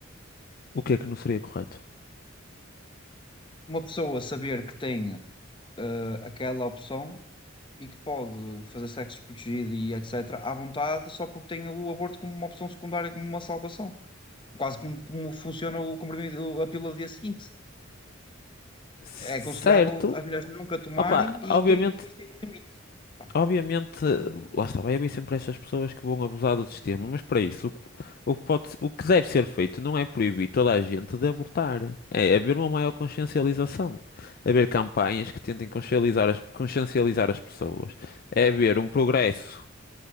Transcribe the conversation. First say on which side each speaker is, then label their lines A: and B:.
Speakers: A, on the left; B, on the left.
A: o que é que não seria correto?
B: Uma pessoa saber que tem eh, aquela opção e que pode fazer sexo protegido e etc. à vontade só porque tem o aborto como uma opção secundária, como uma salvação. Quase como, como funciona o comprimido, a pílula do dia seguinte.
A: C-
B: É aconselhável
A: Certo,
B: as mulheres nunca tomarem
A: opá,
B: e
A: obviamente.
B: tem, mesmo isso tem um limite. Pá,
A: Obviamente, lá está, vai haver sempre estas pessoas que vão abusar do sistema, mas para isso, o que, o que pode, o que deve ser feito não é proibir toda a gente de abortar, é haver uma maior consciencialização, haver campanhas que tentem consciencializar as, consciencializar as pessoas, é haver um progresso